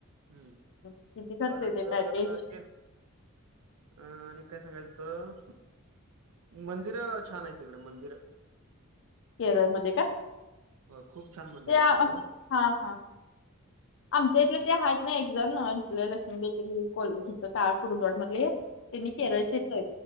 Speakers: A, on the right; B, on the left.
A: हम्म
B: किती खर्च
A: परत
B: येते
A: अ
B: पॅकेज
A: आणि काय सांगायचं मंदिर छान आहेत तिकडे मंदिर.
B: केरळमध्ये का?
A: हो खूप छान मंदिर
B: ते
A: आहे तिकडं
B: हा हा. आमच्या इथलं ते हच नाही एक जणथ लक्ष्मीबाकरी का कुरुंदवड मधले त्यांनी केरळचे
A: हं.
B: येत